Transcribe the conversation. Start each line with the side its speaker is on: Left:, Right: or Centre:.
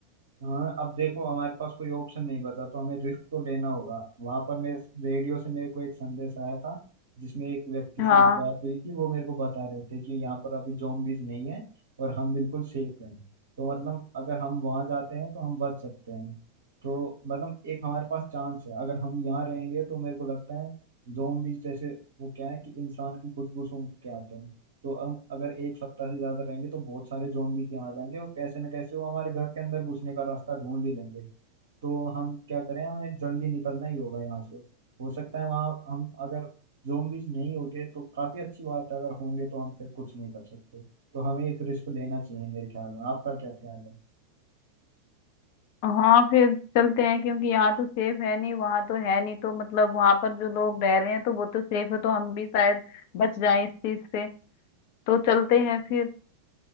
Right: हाँ अब देखो हमारे पास कोई ऑप्शन नहीं बचा तो हमें रिस्क तो लेना होगा वहां पर मैं रेडियो से मेरे को एक संदेश आया था जिसमें एक व्यक्ति
Left: हाँ
Right: से मेरी बात हुई थी वो मेरे को बता रहे थे कि यहाँ पर अभी zombies नहीं है और हम बिल्कुल सेफ हैं तो मतलब अगर हम वहां जाते हैं तो हम बच सकते हैं तो मतलब एक हमारे पास चांस है अगर हम यहाँ रहेंगे तो मेरे को लगता है zombies जैसे वो क्या है कि इंसान की खुशबू सूंघ के आते हैं तो अब अगर एक सप्ताह से ज्यादा रहेंगे तो बहुत सारे जोम्बी के यहाँ जाएंगे और कैसे न कैसे वो हमारे घर के अंदर घुसने का रास्ता ढूंढ ही लेंगे तो हम क्या करें हमें जल्दी निकलना ही होगा यहाँ से हो सकता है वहाँ हम अगर जोम्बीज नहीं होंगे तो काफी अच्छी बात है अगर होंगे तो हम फिर कुछ नहीं कर सकते तो हमें एक रिस्क लेना चाहिए मेरे ख्याल में आपका क्या ख्याल है
Left: हाँ फिर चलते हैं क्योंकि यहाँ तो सेफ है नहीं वहाँ तो है नहीं तो मतलब वहाँ पर जो लोग रह रहे हैं तो वो तो सेफ है तो हम भी शायद बच जाएं इस चीज से तो चलते हैं फिर